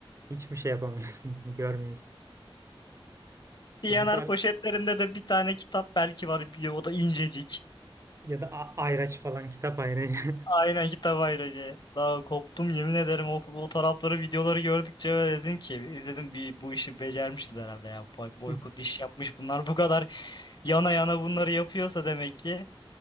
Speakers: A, on the right; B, on the left.
A: hiçbir şey yapamıyorsun. <laughs> Hani görmüyorsun. İşte
B: Diyaner
A: bu tarz
B: poşetlerinde de bir tane kitap belki var. Bir- O da incecik.
A: ya da a- ayraç falan kitap ayracı.
B: Aynen kitap ayracı. Daha koptum yemin ederim o fotoğrafları videoları gördükçe öyle dedim ki izledim bir bu işi becermişiz herhalde ya Boy- boykot
A: <laughs>
B: iş yapmış bunlar bu kadar yana yana bunları yapıyorsa demek ki